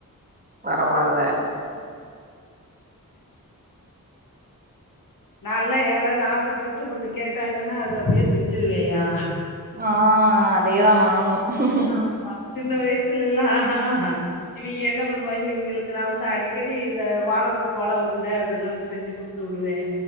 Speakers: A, on the right; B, on the left.
A: பரவால்ல
B: நா எல்லா யாராவது ஆசைப்பட்டு ஒண்ணு கேட்டாங்கன்னா அது அப்படியே செஞ்சிருவேயா
A: ஆ அதேதா நானு ஹ்ஹ ஹ
B: ஆமா சின்ன வயசுலல்லாம் அஹ் அஹ் இவிங்க என்ன பண்ணுவாங்க இவிங்களுக்கு நான் வந்து அடிக்கடி இந்த வாழைப்பு கொலை உருண்டை அதெல்லாம் செஞ்சு கொடுத்து உடுவேன்